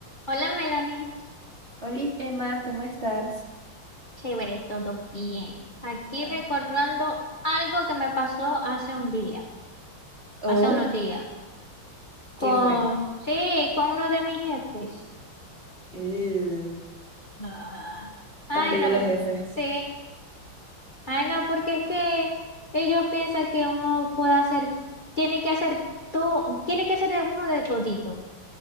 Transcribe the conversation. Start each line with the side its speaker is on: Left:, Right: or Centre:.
Left: Hola Melanie,
Right: Hola Emma, ¿cómo estás?
Left: chévere, todo bien. Aquí
Right: Ah,
Left: recordando algo que me pasó hace un día,
Right: oh,
Left: hace unos días, con,
Right: ¿qué fue?
Left: sí, con uno de mis jefes.
Right: Eh,
Left: Ah, Ay,
Right: tan bello
Left: no,
Right: los jefes.
Left: sí. Ay, no, porque es que ellos piensan que uno puede hacer, tiene que hacer todo, tiene que hacer de uno de todito,